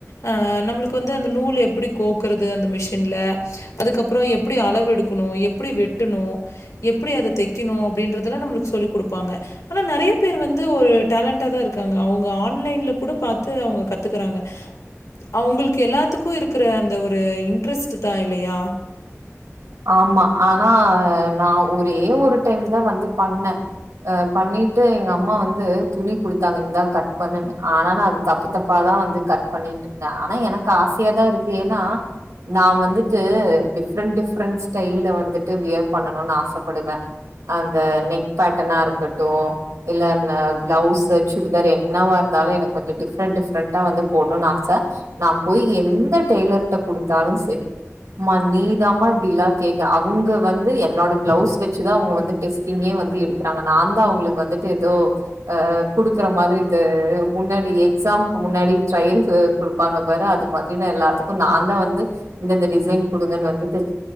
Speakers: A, on the left; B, on the right.
A: ஆ நம்மளுக்கு வந்து இந்த நூல் எப்டி கோக்குறது அந்த மிஷின்ல அதுக்கப்புறோ எப்டி அளவு எடுக்கணு எப்டி வெட்டணு எப்டி அத தைக்கணு அப்டின்றத எல்லாம் நம்மளுக்கு சொல்லிக் குடுப்பாங்க ஆனா நெறைய பேர் வந்து ஒரு டேலண்டாதா இருக்காங்க அவங்க ஆன்லைல கூட பாத்து அவங்க கத்துக்கறாங்க அவங்களுக்கு எல்லா த்துக்கு இருக்கிற அந்த ஒரு இன்ட்ரெஸ்ட்தா இல்லையா
B: ஆமா ஆனா நா ஒரே ஒரு டைம்தா வந்து பண்ணே ஆ பண்ணிட்டு எங்க அம்மா வந்து துணி குடுத்தாங்க இந்தா கட் பண்ணுன்னு ஆனா நா அது தப்பு தப்பாதா வந்து கட் பண்ணிட்டுருந்தே ஆனா எனக்கு ஆசையாதா இருக்கு ஏன்னா நா வந்துட்டு டிஃப்ரெண்ட் டிஃப் ஃபிரெண்ட்ஸ் கைல வந்துட்டு வியர் பண்ணணுன்னு ஆசப்படுவே அந்த நெக் பேட்டனா இருக்கட்டு இல்லன பிளவுஸ் சுடிதார் என்னவா இருந்தாலு எனக்கு கொஞ்சோ டிஃப்ரெண்ட் டிஃப்ரெண்ட்டா வந்து போடணுன்னு ஆச நா போய் எந்த டெய்லர்கிட்ட குடுத்தாலும் சரி ம்மா நீதாம்மா ப்டில்லா கேக்க அவங்க வந்து என்னோட பிளவுஸ் வச்சுதா அவங்க வந்து டெஸ்டிங்கே வந்து எடுக்கறாங்க நான்தா அவங்களுக்கு வந்துட்டு ஏதோ ஆ குடுக்கற மாதிரி இது முன்னாடி எக்ஸாம்க்கு முன்னாடி ட்ரையல்சு குடுப்பாங்க பாரு அது மாதிரி எல்லாத்துக்கு நான்தா வந்து இந்த இந்த டிசைன் குடுங்கன்னு வந்து <unintelligible> சொ